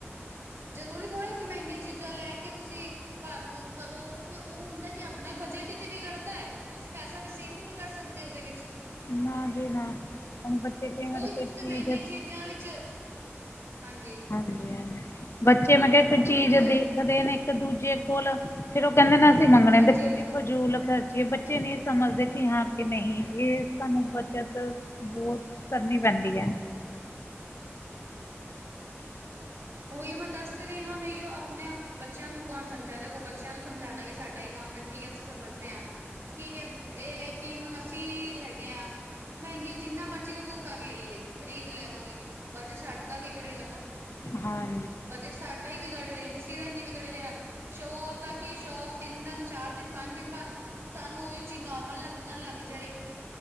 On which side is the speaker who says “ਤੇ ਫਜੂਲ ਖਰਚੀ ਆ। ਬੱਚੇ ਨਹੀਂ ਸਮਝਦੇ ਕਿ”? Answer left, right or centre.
Left